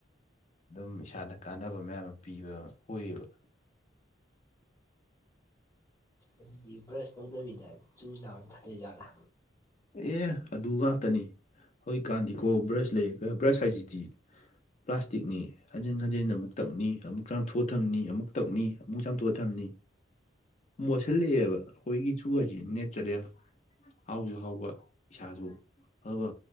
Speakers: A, on the left; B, on the left.
A: ꯗꯨꯝ ꯏꯁꯥꯗ ꯀꯥꯟꯅꯕ ꯃꯌꯥꯝ ꯑꯃ ꯄꯤꯕ ꯑꯣꯏꯌꯦꯕ
B: ꯑꯗꯨꯗꯤ ꯕ꯭ꯔꯁ ꯇꯧꯗꯕꯤꯗ ꯆꯨ ꯆꯥꯕꯅ ꯐꯗꯨꯏ ꯖꯥꯠꯂ
A: ꯑꯦ ꯑꯗꯨ ꯉꯥꯛꯇꯅꯤ ꯍꯧꯖꯤꯛ ꯀꯥꯟꯗꯤꯀꯣ ꯕ꯭ꯔꯁ ꯂꯩꯔꯒ ꯕ꯭ꯔꯁ ꯍꯥꯏꯁꯤꯗꯤ ꯄ꯭ꯂꯥꯁꯇꯤꯛꯅꯦ ꯍꯟꯖꯤꯟ ꯍꯟꯖꯤꯟꯅ ꯑꯃꯨꯛ ꯇꯛꯅꯤ ꯑꯃꯨꯛ ꯆꯥꯝꯊꯣꯛꯑ ꯊꯝꯅꯤ ꯑꯃꯨꯛ ꯇꯛꯅꯤ ꯑꯃꯨꯛ ꯆꯥꯝꯊꯣꯛꯑ ꯊꯝꯅꯤ ꯃꯣꯠꯁꯤꯜ ꯂꯛꯑꯦꯕ ꯑꯩꯈꯣꯏꯒꯤ ꯆꯨ ꯍꯥꯏꯁꯤꯗꯤ ꯅꯦꯆꯔꯦꯜ ꯍꯥꯎꯁꯨ ꯍꯥꯎ ꯋ ꯏꯁꯥꯁꯨ ꯐꯕ